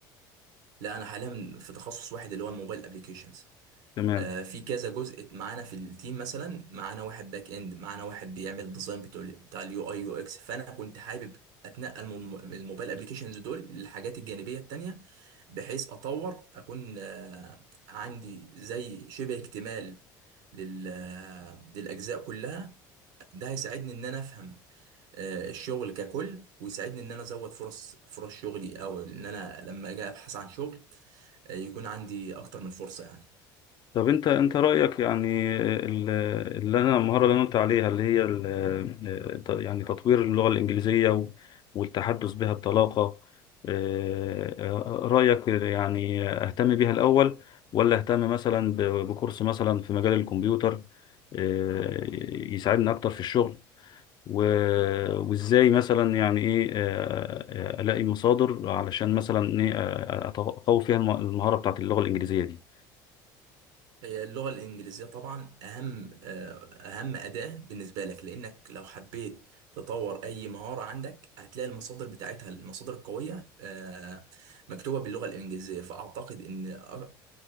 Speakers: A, on the right (about 80°); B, on the left (about 45°).
A: لا انا حاليا في تخصص واحد اللي هو الموبايل ابلكيشنز
B: تمام
A: آه، في كذا جزء معانا في التيم مثلا معانا واحد باك اند معانا واحد بيعمل ديزاين بتاع بتاع اليو اي يو اكس فانا كنت حابب اتنقل من الموبايل ابلكيشنز دول للحاجات الجانبيه التانيه بحيث اطور اكون آه، عندي زي شبه اكتمال لل آه، للاجزاء كلها ده هيساعدني ان انا افهم آه، الشغل ككل ويساعدني ان انا ازود فرص فرص شغلي او ان انا لما اجي ابحث عن شغل آه، يكون عندي اكتر من فرصه يعني
B: طب انت انت رايك يعني ال- اللي انا المهاره اللي انا قلت عليها اللي هي ال- يعني تطوير اللغه الانجليزيه و- والتحدث بها بطلاقه اه، رايك يعني اهتم بيها الاول ولا اهتم مثلا ب- بكورس مثلا في مجال الكمبيوتر اه، يساعدني اكتر في الشغل و- وازاي مثلا يعني ايه اه، اه، الاقي مصادر علشان مثلا ايه اه، اه، اقوي فيها الم- المهاره بتاعت اللغه الانجليزيه دي
A: هي اللغة الإنجليزية طبعا أهم آه، أهم أداة بالنسبة لك لأنك لو حبيت تطور أي مهارة عندك هتلاقي المصادر بتاعتها المصادر القوية آه، مكتوبة باللغة الإنجليزية فأعتقد إن أ-